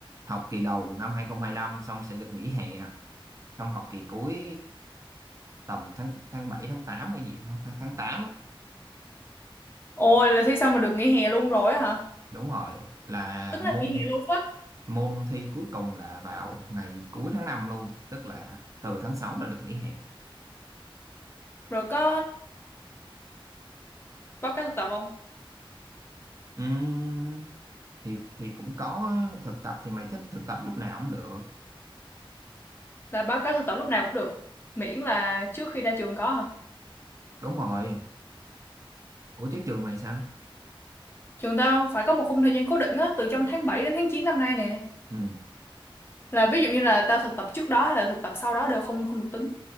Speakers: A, on the right (about 35°); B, on the left (about 25°).
A: học kỳ đầu năm 2025 xong sẽ được nghỉ hè xong học kỳ cuối tầm tháng tháng 7 tháng 8 hay gì hả? tháng tháng 8 á.
B: Ôi là thi xong mà được nghỉ hè luôn rồi á hả?
A: đúng rồi là
B: Tức là
A: môn
B: nghỉ hè luôn á.
A: môn thi cuối cùng là vào ngày cuối tháng 5 luôn tức là từ tháng 6 là được nghỉ hè
B: Rồi có báo cáo thực tập không?
A: Ừm, thì thì cũng có thực tập thì mày thích thực tập lúc nào cũng được
B: Là báo cáo thực tập lúc nào cũng được. Miễn là trước khi ra trường có hả?
A: đúng rồi ủa chứ trường mày sao
B: Trường tao phải có một khung thời gian cố định á, từ trong tháng 7 đến tháng 9 năm nay nè.
A: ừ
B: Là ví dụ như là tao thực tập trước đó hay là thực tập sau đó đều không không được tính.